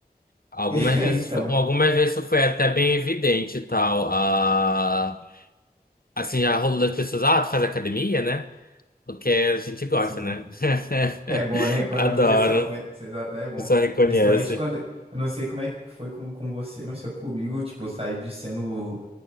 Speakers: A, on the left; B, on the right.
A: Algumas
B: <laughs>
A: vezes,
B: Então,
A: fo- algumas vezes isso foi até bem evidente e tal. Ah, assim, já rolou das pessoas, ah, tu faz academia, né? Porque a gente gosta,
B: sim,
A: né? <laughs>
B: é bom, né? Quando
A: Adoro.
B: o pessoal começa a se exaltar,
A: A
B: é bom.
A: pessoa reconhece.
B: Principalmente quando, eu não sei como é que foi com, com você, mas foi comigo, tipo, eu saí de sendo.